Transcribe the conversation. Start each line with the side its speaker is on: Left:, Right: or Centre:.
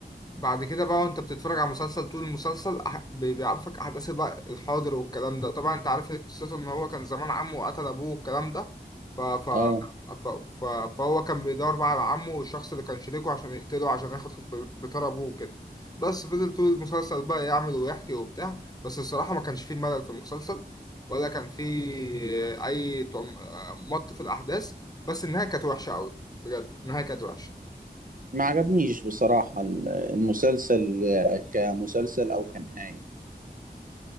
Left: بعد كده بقى وانت بتتفرج على مسلسل طول المسلسل أح... بي- بيعرفك احداث بقى الحاضر والكلام ده طبعا انت عارف قصته ان هو كان زمان عمه وقتل ابوه والكلام ده ف... ف...
Right: اه
Left: ف... ف... فهو كان بيدور بقى على عمه والشخص اللي كان شريكه عشان يقتله عشان ياخد ب- بتاع ابوه وكده بس فضل طول المسلسل بقى يعمل ويحكي وبتاع بس الصراحة ما كانش فيه ملل في المسلسل ولا كان فيه اي طم- مط في الاحداث بس النهاية كانت وحشة قوي بجد النهاية كانت وحشة
Right: ما عجبنيش بصراحة ال- المسلسل كمسلسل أو كنهاية